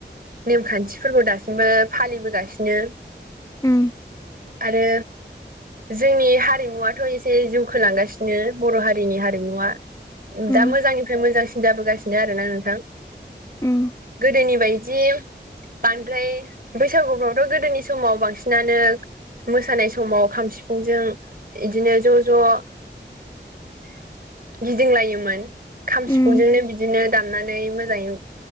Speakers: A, on the right (about 50°); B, on the left (about 20°).
A: नेमखान्थिफोरखौ दासिमबो फालिबोगासिनो।
B: ओम
A: आरो जोंनि हारिमुवाथ' एसे ए जौखोलांगासिनो बर' हारिनि हारिमुवा
B: उम
A: दा मोजांनि फ्राय मोजांसिन जाबोगासिनो आरोना नोंथां
B: उम
A: गोदोनि बायदि बांद्राय बैसागुफ्रावथ' गोदोनि समाव बांसिनानो मोसानाय समाव खाम सिफुंजों इदिनो ज' ज' गिदिंलायोमोन। खाम
B: उम
A: सिफुंजोंनो बिदिनो दामनानै मोजाङै